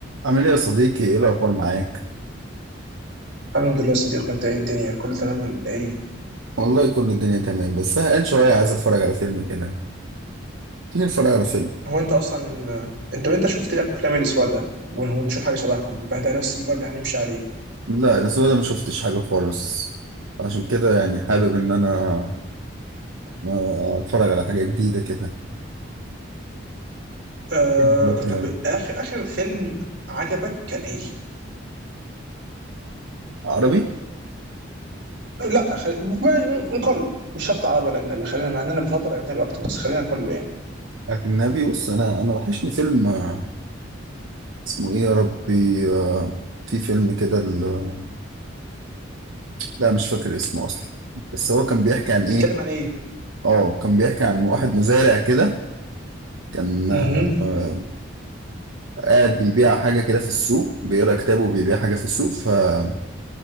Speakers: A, on the right; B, on the right.
A: عامل ايه يا صديقي ايه الاخبار معاك
B: الحمد لله يا صديقي انت ايه الدنيا كله تمام ولا ايه
A: والله كل الدنيا تمام بس زهقان شويه عايز اتفرج على فيلم كده تيجي نتفرج على فيلم
B: هو انت اصلا انت انت شفت ايه افلام الاسبوع ده ون- ونشوف حاجه شبههم يبقى ده نفس الفايب اللي هنمشي عليه
A: لا الاسبوع ده ما شفتش حاجه خالص عشان كده يعني حابب ان انا آه، اتفرج على حاجه جديده كده
B: آه...
A: فيلم مثلا
B: طب اخر اخر فيلم عجبك كان ايه
A: عربي
B: لا خل... م- م- كله مش شرط عربي ولا اجنبي خلينا مع ان انا بفضل اجنبي اكتر بس خلينا كله يعني
A: اجنبي بص انا انا وحشني فيلم آه، اسمه ايه يا ربي آه، في فيلم كده ال- لا مش فاكر اسمه اصلا بس هو كان بيحكي عن
B: بيتكلم
A: ايه
B: عن ايه
A: اه كان بيحكي عن واحد مزارع كده كان
B: اها
A: آه، قاعد بيبيع حاجة كده في السوق بيقرا كتابه وبيبيع حاجة في السوق فمحل